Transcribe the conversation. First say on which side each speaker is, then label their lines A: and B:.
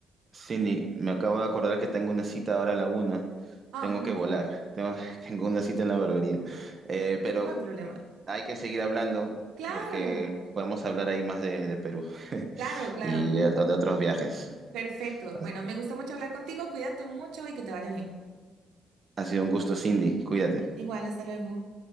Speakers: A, on the right; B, on the right.
A: Cindy, me acabo de acordar que tengo una cita ahora a la una.
B: Ah,
A: Tengo
B: ok,
A: que volar. Tengo, <laughs> tengo una cita en la barbería. Eh, pero
B: no hay problema.
A: hay que seguir hablando
B: Claro,
A: porque podemos hablar ahí más de, de Perú <laughs>
B: claro, claro.
A: y de, de otros viajes.
B: Perfecto.
A: Ha
B: Bueno, me gustó mucho hablar contigo. Cuídate mucho y que te vaya bien.
A: ha sido un gusto, Cindy. Cuídate.
B: Igual, hasta luego.